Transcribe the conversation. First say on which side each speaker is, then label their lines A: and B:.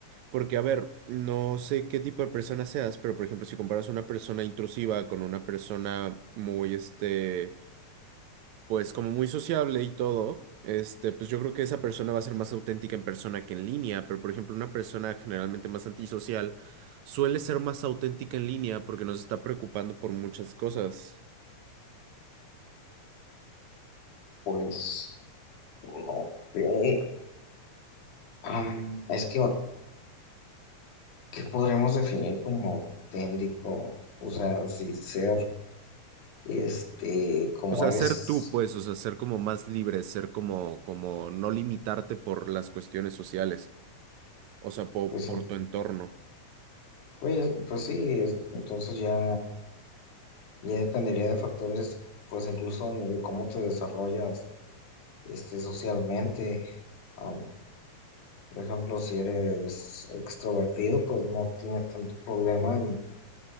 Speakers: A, on the right (about 75°); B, on the left (about 75°).
A: Porque, a ver, no sé qué tipo de persona seas, pero por ejemplo, si comparas una persona intrusiva con una persona muy, este, pues como muy sociable y todo, este, pues yo creo que esa persona va a ser más auténtica en persona que en línea, pero por ejemplo una persona generalmente más antisocial suele ser más auténtica en línea porque nos está preocupando por muchas cosas.
B: Pues, no sé. Am, es que, ¿qué podremos definir como auténtico? O sea, si ser, este, como
A: O sea,
B: eres,
A: ser tú, pues, o sea, ser como más libre, ser como, como no limitarte por las cuestiones sociales, o sea, po-
B: pues,
A: por
B: em,
A: tu entorno.
B: pues, pues sí, es- entonces ya, ya dependería de factores, pues incluso de cómo te desarrollas, este, socialmente. Am, por ejemplo, si eres extrovertido, pues no tienes tanto problema